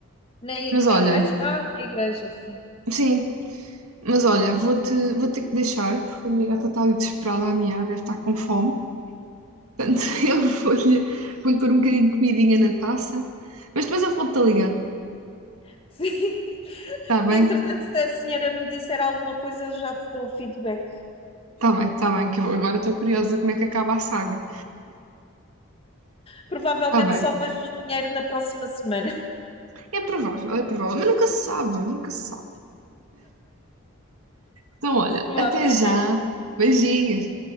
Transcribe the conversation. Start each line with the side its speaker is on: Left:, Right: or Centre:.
Left: Na, i-
Right: Mas
Left: na
Right: olha,
Left: igreja? Ah, na igreja, sim.
Right: sim, Mas olha, vou-te, vou ter que deixar, porque a minha gata está ali desesperada a miar, deve estar com fome. Portanto, <laughs> eu vou-lhe vou-lhe pôr um bocadinho de comidinha na taça. Mas depois eu volto-te a ligar.
Left: <laughs> Sim.
Right: Está bem?
Left: Entretanto, se a senhora me disser alguma coisa, já te dou o feedback.
Right: Está bem, está bem, que eu agora estou curiosa como é que acaba a saga.
Left: Provavelmente
Right: Está bem.
Left: só vejo o dinheiro na próxima semana.
Right: É provável, é provável. Mas nunca se sabe, nunca se sabe. Então, olha,
Left: <laughs> Vá,
Right: até
Left: beijinho.
Right: já. Beijinhos.